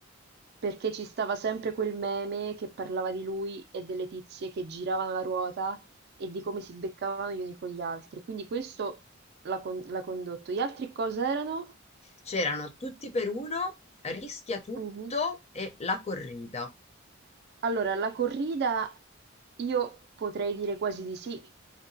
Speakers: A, on the right; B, on the left.
A: perché ci stava sempre quel meme che parlava di lui e delle tizie che giravano la ruota e di come si beccavano gli uni con gli altri. Quindi questo l'ha con- l'ha condotto. Gli altri cos'erano?
B: C'erano Tutti per uno, Rischia tutto
A: Mhm.
B: e La corrida.
A: Allora, la corrida io potrei dire quasi di sì.